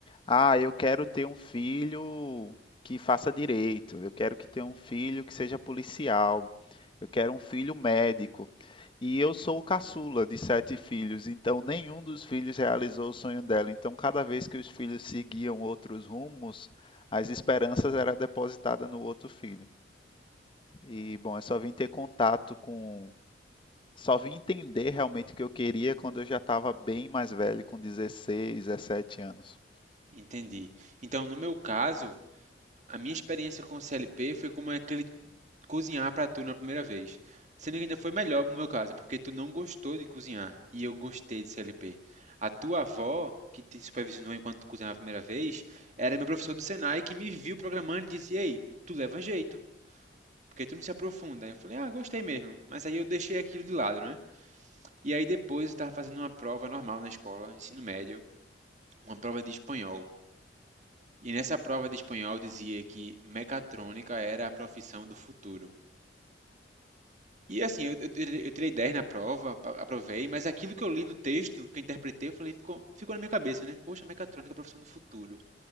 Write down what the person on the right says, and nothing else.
Entendi. Então, no meu caso, a minha experiência com o CLP foi como aquele cozinhar para tu na primeira vez. Sendo que ainda foi melhor no meu caso, porque tu não gostou de cozinhar e eu gostei de CLP. A tua avó, que te supervisionou enquanto tu cozinhava a primeira vez, era meu professor do Senai que me viu programando e disse: Ei, tu leva jeito, porque tu não se aprofunda. Eu falei: Ah, gostei mesmo. Mas aí eu deixei aquilo de lado, né? E aí depois eu estava fazendo uma prova normal na escola, ensino médio, uma prova de espanhol. E nessa prova de espanhol dizia que mecatrônica era a profissão do futuro. E assim, eu, eu tirei eu tirei 10 na prova, pa- aprovei, mas aquilo que eu li no texto, que eu interpretei, eu falei, ficou, ficou na minha cabeça, né? Poxa, mecatrônica é a profissão do futuro.